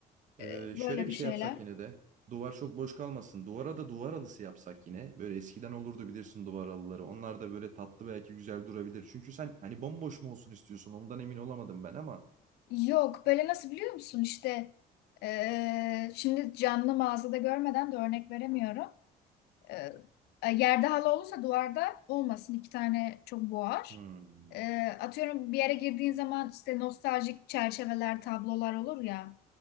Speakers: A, on the right; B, on the left.
A: Ee,
B: E,
A: şöyle
B: böyle
A: bir
B: bir
A: şey
B: şeyler.
A: yapsak yine de. Duvar çok boş kalmasın. Duvara da duvar halısı yapsak yine. Böyle eskiden olurdu bilirsin duvar halıları. Onlar da böyle tatlı belki güzel durabilir. Çünkü sen hani bomboş mu olsun istiyorsun? Ondan emin olamadım ben ama.
B: Yok böyle nasıl biliyor musun işte eee, şimdi canlı mağazada görmeden de örnek veremiyorum. Eee, e, yerde halı olursa duvarda olmasın iki tane çok boğar.
A: Hmm.
B: Eee, atıyorum bir yere girdiğin zaman işte nostaljik çerçeveler tablolar olur ya